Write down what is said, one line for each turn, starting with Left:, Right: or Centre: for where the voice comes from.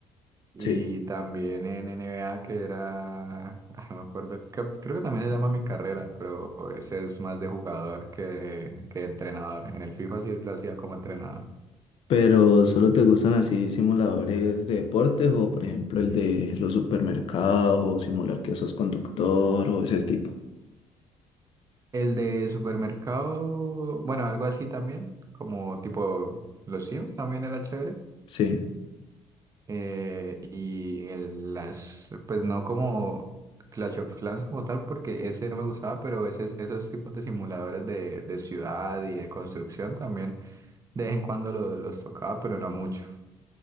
Right: y
Left: Sí.
Right: también en NBA que era, <laughs> ah, no me acuerdo, que- creo que también se llama mi carrera, pero ese es más de jugador que, que de entrenador. En el FIFA sí lo hacía como entrenador.
Left: Pero solo te gustan así simuladores de deportes o por ejemplo el de los supermercados o simular que sos conductor o ese tipo.
Right: El de supermercado, bueno, algo así también, como tipo los Sims también era chévere.
Left: Sí.
Right: eh, y el- las, pues no como Clash of Clans como tal, porque ese no me gustaba, pero ese, esos tipos de simuladores de, de ciudad y de construcción también, de vez en cuando lo- los tocaba, pero no mucho.